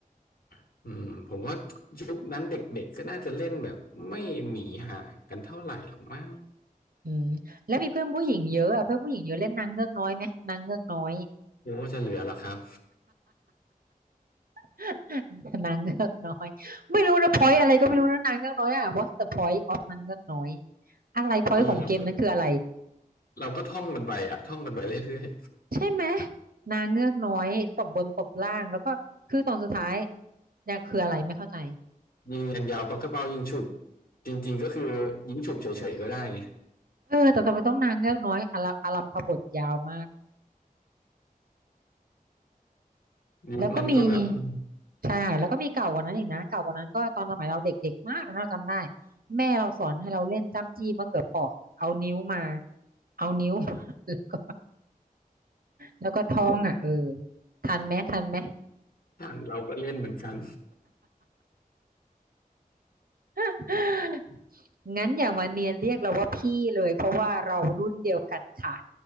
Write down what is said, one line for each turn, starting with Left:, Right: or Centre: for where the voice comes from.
Left: ำอืมผมว่ายุคนั้นเด็กๆก็น่าจะเล่นแบบไม่หนีห่างกันเท่าไหร่หรอกมั้ง
Right: อืมแล้วมีเพื่อนผู้หญิงเยอะอะเพื่อนผู้หญิงเยอะเล่นนางเงือกน้อยไหมนางเงือกน้อย
Left: หรือว่าจะเหลือหรอครับ
Right: <laughs> นางเงือกน้อยไม่รู้นะพอยอะไรก็ไม่รู้นะนางเงือกน้อยอะ What's the point of นางเงือกน้อยอะไรพอยของเกมนั้นคืออะไร
Left: เออเราก็ เราก็ท่องกันไปอะท่องกันไปเรื่อย
Right: ใช่ไหมนางเงือกน้อยตบบนตบล่างแล้วก็คือตอนสุดท้ายเนี่ยคืออะไรไม่เข้าใจ
Left: ๆยิงอย่างยาวปากกระเป๋ายิงฉุบจริงๆก็คือยิงฉุบเฉยๆก็ได้ไง
Right: เออแต่ทำไมต้องนางเงือกน้อยอลัอลัมพบทยาวมาก
Left: ยุคนั้นก็แบบถ้
Right: แล้วก็มีใช่ค่ะแล้วก็มีเก่ากว่านั้นอีกนะเก่ากว่านั้นก็ตอนสมัยเราเด็กๆมากนะเราจำได้แม่เราสอนให้เราเล่นจ้ำจี้มะเขือเปราะเอานิ้วมาเอานิ้ว <laughs> แล้วก็แล้วก็ท้องอ่ะเออทันไหมทันไหม
Left: าเราก็เล่นเหมือนกัน
Right: <laughs> งั้นอย่ามาเนียนเรียกเราว่าพี่เลยเพราะว่าเรารุ่นเดียวกันค่ะ